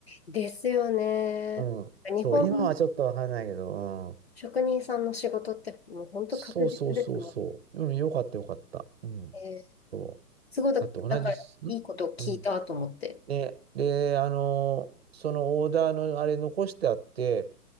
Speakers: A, on the left; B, on the right.
A: ですよね。
B: うん。
A: 日本
B: そう、今はちょっとわかんないけど、うん。
A: 職人さんの仕事ってもう本当確実ですもん
B: そうそうそうそう。うん、よかったよかった。うん。
A: ね。
B: そ
A: すごいだ、
B: う。だって同じす、
A: だからいいことを聞いたと思って。
B: んうん。で、で、あのーそのオーダーのあれ残してあって、